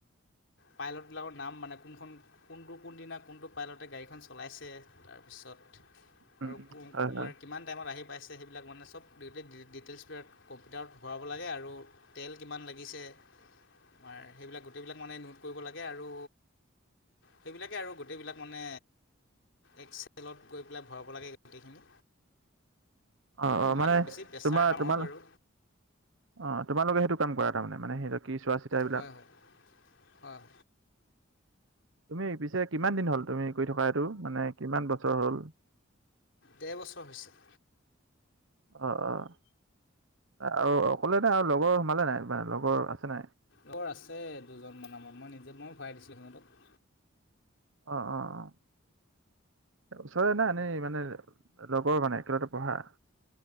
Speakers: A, on the left; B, on the right.
A: পাইলট বিলাকৰ নাম মানে কোনখন কোনটো, কোনদিনা, কোনটো পাইলটে গাড়ীখন চলাইছে, তাৰপিছত
B: উম,
A: আৰু কু
B: হয়,
A: কুমাৰ।
B: হয়।
A: কিমান টাইমত আহি পাইছে, সেইবিলাক মানে চব ডিটেইলচ, বিলাক কম্পিউটাৰত ভৰাব লাগে আৰু তেল কিমান লাগিছে তোমাৰ সেইবিলাক, গোটেইবিলাক মানে নোট কৰিব লাগে, আৰু সেইবিলাকে আৰু গোটেইবিলাক মানে, এক্সচেলত গৈ পেলাই ভৰাব লাগে গোটেইখিনি।
B: অ',
A: এই
B: অ',
A: ইমান
B: মানে
A: বেছি প্ৰেছাৰ
B: তোমাৰ
A: কাম
B: তোমাল
A: নহয় বাৰু
B: অ', তোমালোকে সেইটো কাম কৰা তাৰমানে মানে সেইটো। কি চোৱা-চিতা এইবিলাক।
A: হয় হয় হয় হয়
B: তুমি পিছে কিমান দিন হ'ল, তুমি কৰি থকা এইটো মানে কিমান বছৰ হ'ল?
A: ডেৰ বছৰ হৈছে।
B: অ', অ', আৰু অকলে নে আৰু লগৰ সোমালে নাই নে লগৰ আছে নে নাই।
A: লগৰ আছে দুজনমান, আমাৰ মই নিজে মই ভৰাই দিছিলোঁ সিহঁতক।
B: অ', অ', অ'। ওচৰৰে না এনেই মানে লগৰ মানে, একেলগতে পঢ়া